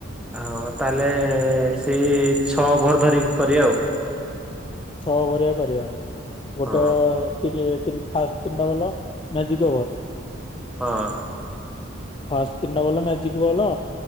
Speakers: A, in the centre; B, on the left (about 25°).
A: ହଁ ତାହେଲେ ସେଇ ଛଅ ଓଭର ଧରିକି କରିବା ଆଉ।
B: ଛଅ ଓଭରିଆ କରିବା। ଗୋଟେ
A: ହଁ
B: ଟିକେ ଟି ଫାଷ୍ଟ ତିନିଟା ବଲ ମାଜିକ ଓଭର
A: ହଁ।
B: ଫାଷ୍ଟ ତିନିଟା ବଲ ମ୍ୟାଜିକ ବଲ